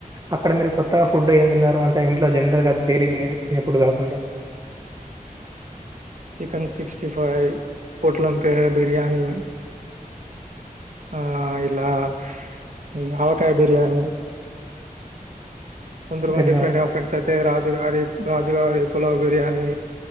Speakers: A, on the right (about 25°); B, on the right (about 60°).
A: అక్కడ మీరు కొత్తగా ఫుడ్ ఏం తిన్నారు అంటే ఇంట్లో జనరల్గా డైలీ తినే తినే ఫుడ్ కాకుండా?
B: చికెన్ సిక్స్టీ ఫైవ్ కోట్లంపే బిర్యానీ ఆ ఇలా హ్మ్ అవకాయ్ బిర్యానీ దాని తర్వాత
A: తిన్న
B: డిఫరెంట్ గా ఫ్రండ్స్ అయితే రాజు గారి రాజుగారి పులవ్ బిర్యానీ